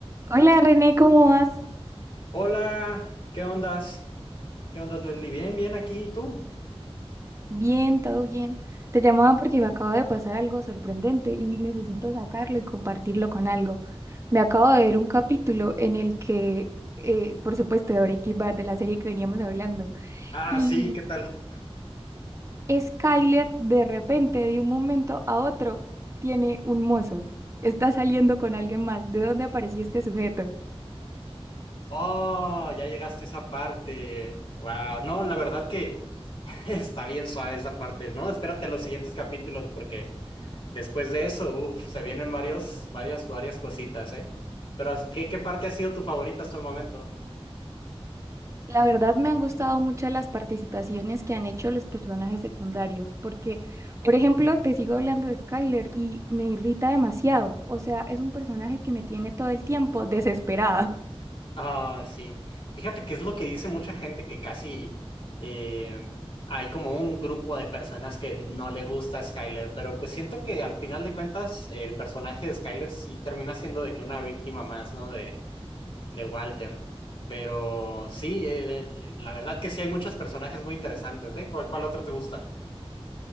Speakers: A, on the right; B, on the left.
A: Hola René, ¿cómo vas?
B: Hola, ¿qué ondas? ¿Qué ondas, Leslie? Bien, bien aquí, ¿y tú?
A: Bien, todo bien. Te llamaba porque me acaba de pasar algo sorprendente y necesito sacarlo y compartirlo con algo. Me acabo de ver un capítulo en el que, eh, por supuesto, de Breaking Bad, de la serie que veníamos hablando,
B: Ah,
A: y
B: sí, ¿qué tal?
A: Skyler de repente, de un momento a otro, tiene un mozo. Está saliendo con alguien más. ¿De dónde apareció este sujeto?
B: Oh, ya llegaste a esa parte. Wow, no, la verdad que <laughs> está bien suave esa parte, ¿no? Espérate los siguientes capítulos porque después de eso, uff, se vienen varios, varias, varias cositas, ¿eh? Pero, ¿qué, qué parte ha sido tu favorita hasta el momento?
A: La verdad me han gustado mucho las participaciones que han hecho los personajes secundarios, porque, por ejemplo, te sigo hablando de Skyler y me irrita demasiado. O sea, es un personaje que me tiene todo el tiempo desesperada. <laughs>
B: Ah, sí. Fíjate que es lo que dice mucha gente que casi eh, hay como un grupo de personas que no le gusta a Skyler, pero pues siento que al final de cuentas eh, el personaje de Skyler sí termina siendo de que una víctima más, ¿no? De, de Walter. Pero sí, eh, eh, la verdad que sí hay muchos personajes muy interesantes, ¿eh? ¿Cuál, cuál otro te gusta?